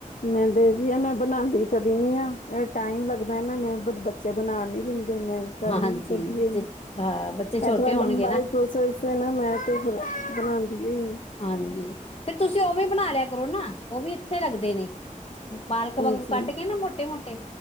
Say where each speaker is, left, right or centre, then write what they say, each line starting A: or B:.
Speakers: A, on the left (about 65°); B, on the left (about 40°).
A: ਮੈਂ ਦੇਖਦੀ ਆ ਮੈਂ ਬਣਾਦੀ ਕਦੀ ਨੀ ਆ ਟਾਈਮ ਲੱਗਦਾ ਨਾ ਮੈਂ ਬੱਚ ਬਣਾਣ ਨੀ ਦਿੰਦੇ ਮੈਂ ਕਰਦੀ
B: ਹਾਂਜੀ ਬੱਚੇ ਹਾਂ ਬੱਚੇ ਛੋਟੇ
A: ਐ ਥੋੜਾ ਲੰਬਾ
B: ਹੋਣਗੇ ਨਾ
A: ਪ੍ਰੋਸੈਸ ਨਾ ਮੈਂ ਤੇ ਫਿਰ ਬਣਾਦੀ ਹੀ ਨਹੀਂ।
B: ਹਾਂਜੀ, ਫਿਰ ਤੁਸੀਂ ਉਹ ਵੀ ਬਣਾ ਲਿਆ ਕਰੋ ਨਾ ਉਹ ਵੀ ਅੱਛੇ ਲੱਗਦੇ ਨੇ। ਬਾਲਕ ਵਾਂਗੂ
A: ਹਾਂਜੀ
B: ਕੱਟ ਕੇ ਨਾ ਮੋਟੇ ਮੋਟੇ